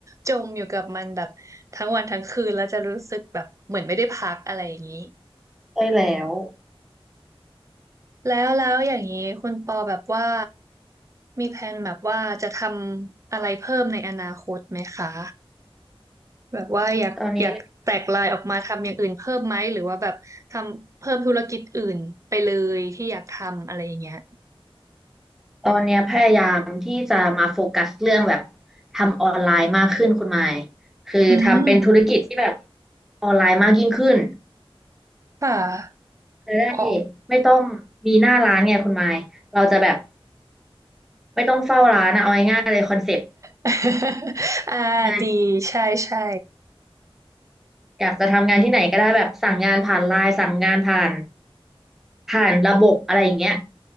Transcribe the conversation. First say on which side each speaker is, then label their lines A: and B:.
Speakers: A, on the right; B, in the centre.
A: จมอยู่กับมันแบบทั้งวันทั้งคืนแล้วจะรู้สึกแบบเหมือนไม่ได้พักอะไรอย่างนี้
B: ใช่แล้ว
A: แล้วแล้วอย่างนี้คุณปอแบบว่ามีแผนแบบว่าจะทำอะไรเพิ่มในอนาคตไหมคะแบบว่าอยากอยากแตกลายออกมาทำอย่างอื่นเพิ่มไหมหรือว่าแบบทำเพิ่มธุรกิจอื่นไปเลยที่อยากทำอะไรอย่างเงี้ย
B: ตอนนี้ตอนเนี้ยพยายามที่จะมาโฟกัสเรื่องแบบทำออนไลน์มากขึ้นคุณหมายคือทำเป็นธุรกิจที่แบบ
A: อืม
B: ออนไลน์มากยิ่งขึ้น
A: ค่ะ
B: จะได้
A: อ๋อ
B: ไม่ต้องมีหน้าร้านไงคุณไมค์เราจะแบบไม่ต้องเฝ้าร้านอะเอาง่ายๆเลยคอนเซ็ปต์
A: <laughs> อ่าดีใช่ใช่
B: งานอยากจะทำงานที่ไหนก็ได้แบบสั่งงานผ่านไลน์สั่งงานผ่านผ่านระบบอะไรอย่างเงี้ย